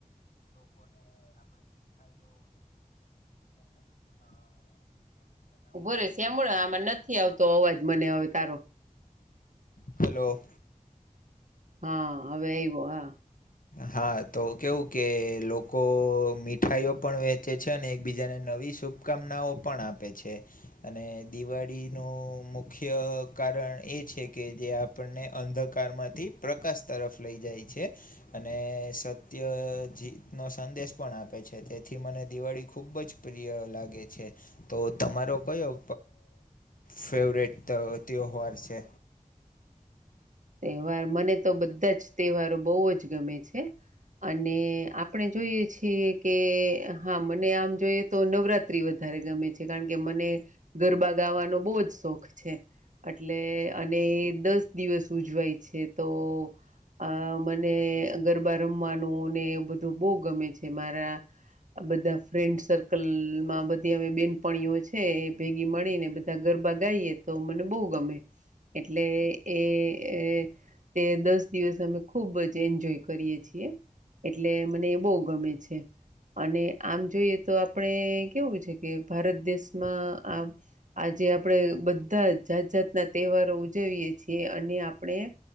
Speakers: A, on the left; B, on the right.
A: લોકોને આપણે મીઠાઈઓ વેચીએ છીએ અને એકબીજાને <inaudible> કે નવા
B: ભો શ્યામે આમાં નથી આવતો અવાજ મને હવે તારો.
A: હલો.
B: હા હવે આવ્યો હા.
A: હા તો કેવું કે લોકો મીઠાઈઓ પણ વેચે છે અનેને એકબીજાને નવી શુપ. શુકામનાઓ પણ આપે છે. અને દિવાળીનું મુખ્ય કારણ એ છે કે જે આપ. આપણને અંધકારમાંથી પ્રકાશ તરફ લઈ જાય છે. અને સત્ય જીતનો સંદેશ પણ આપે છે તેથી મને દિવાળી ખૂબજ. પ્રિય લાગે છે. તો તમારો કયો ફેવરેટ તહેવાર છે.
B: તહેવાર મને તો બધાજ તહેવારો બહુજ ગમે છે. અને આપણે જોઈએ છીએ કે હા મને આમ જોઈએ. તો નવરાત્રી વધારે ગમે છે કારણ કે મને ગરબા ગાવાનો બહુ જ શોખ છે. એટલે અને દસ દિવસ ઉજવાય છે તો અ મને ગરબા રમવાનું ને બધું બહુ ગમે છે મારા આ બધા ફ્રેન્ડ સર્કલમાં બધી અમે બેનપણીઓ છે ભેગી મળી નેધ ગરબ ગાઈએ તો મને બહુ ગમે એટલે એ એ તે દસ દિવસ અમે ખુબ જ એન્જોય કરીયએ છીએ એટલે મને એ બહુ ગમે છે. અને આમ જોઈએ તો આપણે કેવું છે કે ભારત દેશમાં આ આજે આપડે બધા જાત જાતના તહેવારો ઉજવીએ છીએ અને આપ આપણે